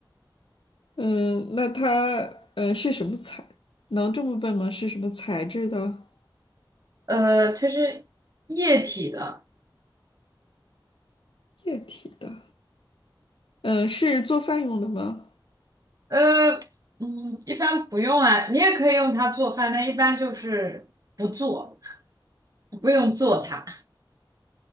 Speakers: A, on the left (about 85°); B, on the right (about 45°).
A: 嗯，那它，呃，是什么材？能这么问吗？是什么材质的？
B: 呃，它是液体的，
A: 液体的？嗯，是做饭用的吗？
B: 呃，嗯，一般不用啊。你也可以用它做饭，但一般就是不做，不用做它，